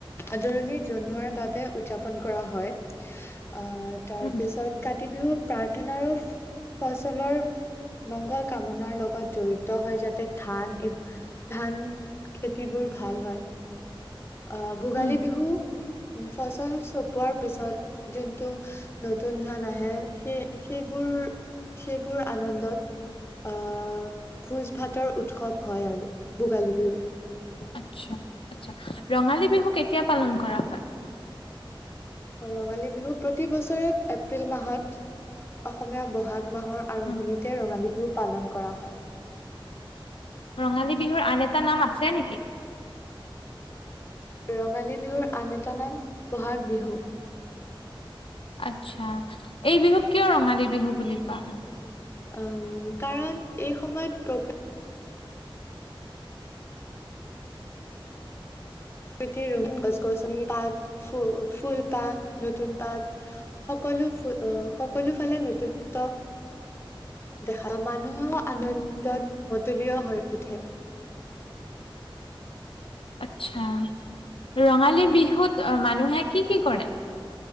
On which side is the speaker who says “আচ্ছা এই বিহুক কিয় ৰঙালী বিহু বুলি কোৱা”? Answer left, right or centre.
Left